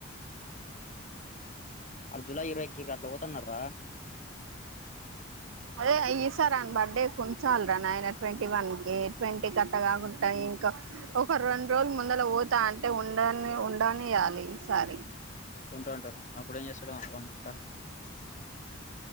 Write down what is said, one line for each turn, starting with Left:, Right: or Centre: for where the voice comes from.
Left: ఆడ్ జూలై ఇరవై కి గట్ల పోతున్నారా
Right: అదే అయి ఈ సార్ అన్ బర్డే కుంచాల్రా నాయన ట్వెంటీ వన్ కి ట్వన్ కట్టగాకుంటయి ఇంకా ఒక రెండు రోజులు ముందల పోతా, అంటే ఉండని ఉండనియాలి ఈ సారి.
Left: ఉంటా ఉంటాడు అప్పుడు ఏం చేస్తాడు వన్ <unintelligible>